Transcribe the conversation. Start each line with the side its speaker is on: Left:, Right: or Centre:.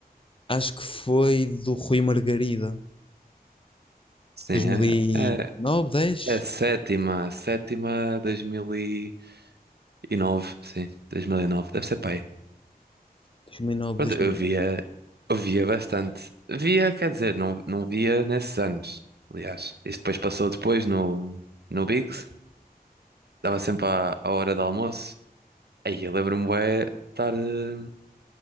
Left: acho que foi do Rui Margarida,
Right: Sim,
Left: dois dois mil mil e
Right: é, é,
Left: nove, dez,
Right: é sétima, sétima dois mil e nove sim, 2009 deve ser pai.
Left: dois mil e nove,
Right: Pronto,
Left: dois
Right: eu
Left: mil.
Right: via, eu via bastante. Via, quer dizer, não, não via nesses anos, aliás. Isso depois passou depois no, no Biggs, dava sempre à, à hora do almoço Aí eu lembro-me bué de estar eh,